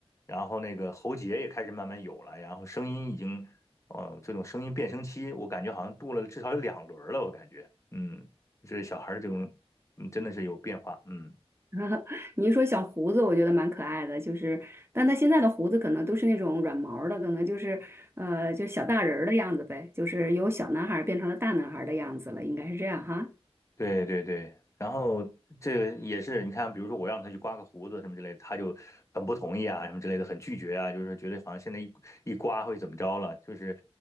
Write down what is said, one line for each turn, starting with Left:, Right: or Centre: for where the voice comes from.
Left: 然后那个喉结也开始慢慢有了，然后声音已经，呃，这种声音变声期，我感觉好像度了至少有两轮了，我感觉，嗯，就是小孩这种，嗯，真的是有变化，嗯。
Right: <laughs> 你一说小胡子，我觉得蛮可爱的，就是，但他现在的胡子可能都是那种软毛儿的，可能就是，呃，就小大人儿的样子呗，就是由小男孩儿变成了大男孩儿的样子了，应该是这样哈。
Left: 对对对，然后这个也是，你看，比如说我让他去刮个胡子什么之类的，他就很不同意啊，什么之类的，很拒绝啊，就是觉得好像现在一一刮会怎么着了，就是，